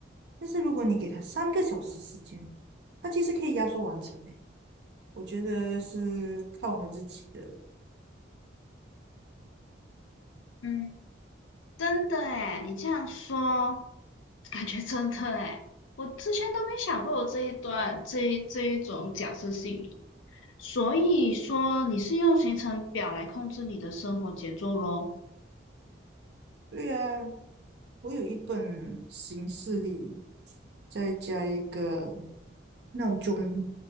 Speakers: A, on the right; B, on the left.
A: 但是如果你给它三个小时时间，它其实可以压缩完成的。我觉得是看我们自己的。
B: 嗯，真的诶，你这样说，感觉真的诶，我之前都没想过我这一段这一这一种假设性。所以说你是用行程表来控制你的生活节奏咯，
A: 对啊，我有一本形式历，再加一个。闹钟，